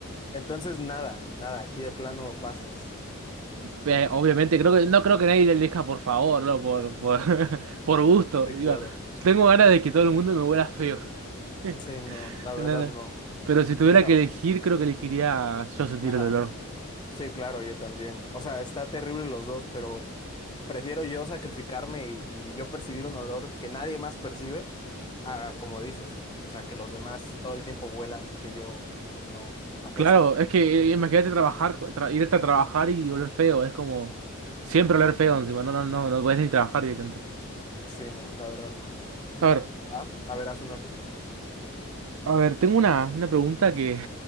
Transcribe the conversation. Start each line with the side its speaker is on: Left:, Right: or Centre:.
Left: Entonces, nada, nada, aquí de plano pasas.
Right: Eh, obviamente, creo que, no creo que nadie le elija por favor, no, por, por, <laughs> por gusto.
Left: Sí,
Right: Digo,
Left: claro.
Right: tengo ganas de que todo el mundo me huela feo. <laughs>
Left: Sí, no, la verdad
Right: No, no.
Left: no.
Right: Pero si tuviera
Left: Bueno,
Right: que elegir, creo que elegiría yo sentir
Left: ajá.
Right: el olor.
Left: Sí, claro, yo también. O sea, está terrible los dos, pero prefiero yo sacrificarme y, y yo percibir un olor que nadie más percibe a, como dices, o sea, que los demás todo el tiempo huelan que yo, pues no, apesto,
Right: Claro,
Left: ¿no?
Right: es que eh, imagínate trabajar, tra- irte a trabajar y oler feo, es como siempre
Left: Sí, no,
Right: oler feo encima, no, no, no, no podés ni trabajar directamente.
Left: sí, no, la verdad no.
Right: A ver,
Left: Va, a ver, haz una tú.
Right: a ver, tengo una, una pregunta que,